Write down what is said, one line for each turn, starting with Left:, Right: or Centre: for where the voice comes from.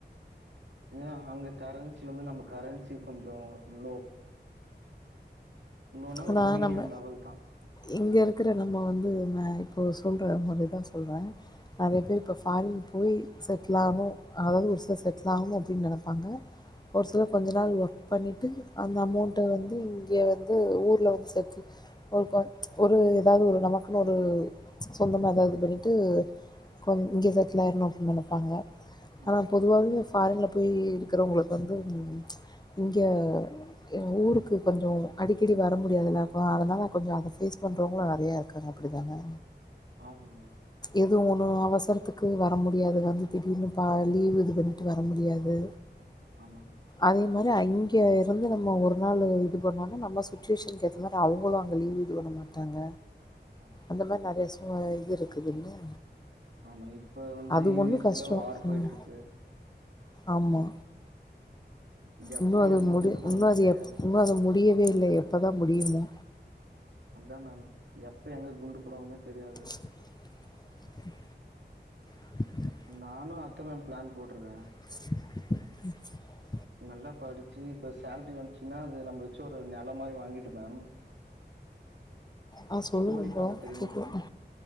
Right: ஏன்னா அங்க கரன்சி வந்து நம்ம கரன்சி கொஞ்சோ லோ லோ னா
Left: ஆனா
Right: ஒரு மீடியம்
Left: நம்ம
Right: லெவல் தா
Left: இங்க இருக்கற நம்ம வந்து நா இப்போ சொல்ற முறை தா சொல்ற நறைய
Right: ம்
Left: பேர் இப்போ ஃபாரின் போய் செட்டில் ஆகணு அதாவது ஒரு சிலர் செட்டில் ஆகணு அப்டின்னு நெனப்பாங்க ஒரு சிலர்
Right: ம்
Left: கொஞ்ச நாள் ஒர்க் பண்ணிட்டு அந்த அமௌண்ட்ட வந்து இங்க வந்து ஊர்ல வந்து செட்டில் ஒருக்கா ஒரு ஏதாவது ஒரு நமக்குன்னு ஒரு சொந்தமா எதாவது பண்ணிட்டு கோ இங்க செட்டில் ஆயிரணு அப்டின் நெனப்பாங்க ஆனா
Right: ம்
Left: பொதுவாவே ஃபாரின்ல போயி இருக்கிறவங்களுக்கு வந்து இங்க எ ஊருக்கு கொஞ்சோ அடி அடிக்கடி வர முடியாதுல்லப்பா அதனால கொஞ்சோ அத ஃபேஸ் பண்றவங்களு நறைய இருக்காங்க அப்டி தான
Right: ஆமா
Left: எது ஒன்னு அவசரத்துக்கு வர முடியாது வந்து திடீர்னு இப்ப லீவ் இது பண்ணிட்டு வர முடியாது
Right: ஆமாங்க
Left: அதே மாறி அங்க இருந்து நம்ம ஒரு நாளு இது பண்ணோனா நம்ம சுட்சுவேஷனுக்கு ஏத்த மாரி அவுங்களு அங்க லீவ் இது பண்ண மாட்டாங்க
Right: ஆமா மேம்
Left: இந்த மாறி நறைய சூழ்நிலை இது இருக்குதுல்ல
Right: ஆமா இப்ப வந்து
Left: அது
Right: யு
Left: ஒண்ணு
Right: எஸ்
Left: கஷ்டோ
Right: ல வார் போய்ட்டு
Left: ம்
Right: இருக்கு
Left: ஆமா
Right: எப்ப
Left: இன்னு அது
Right: எங்க
Left: முடி
Right: குண்டு போடுவாங்கன்னே
Left: இன்னு அது
Right: தெரியாது
Left: எப் இன்னு அது முடியவே இல்ல எப்பதா முடியுமோ?
Right: அதா மேம் எப்ப எங்க குண்டு போடுவாங்கன்னே தெரியாது
Left: ப்ச் ஹ்ம் <inaudible>
Right: நானு அதா மேம் பிளான் போட்ருக்க.
Left: <inaudible>
Right: நல்லா படிச்சு இப்ப சேல்ரி வந்துச்சுன்னா அது நம்ம வச்சு ஒரு நெலோ மாரி வாங்கிட்டு மேம்
Left: ஆ சொல்லுங்க
Right: கோழி
Left: ப்ரோ
Right: பண்ண தெரியுந்தான
Left: கேக்குதுங்க
Right: மேம்